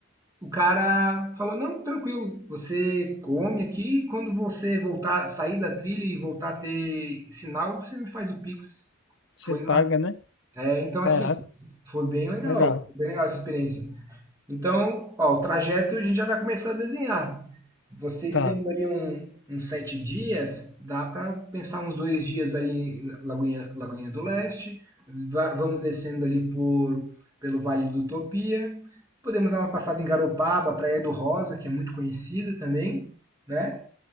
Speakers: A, on the right; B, on the left.
A: O cara falou: Não, tranquilo, você come aqui e quando você voltar, sair da trilha e voltar a ter sinal, você me faz o Pix.
B: você
A: Foi
B: paga,
A: na-
B: né?
A: é, então, assim,
B: Caraca,
A: foi bem legal,
B: legal.
A: foi bem legal essa experiência. Então, ó, o trajeto a gente já vai começar a desenhar. Vocês
B: Tá.
A: tendo ali um- uns sete dias, dá para pensar uns dois dias ali em Lagoinha, Lagoinha do Leste. Va- Vamos descendo ali por, pelo Vale do Utopia. Podemos dar uma passada em Garopaba, Praia do Rosa, que é muito conhecida também, né?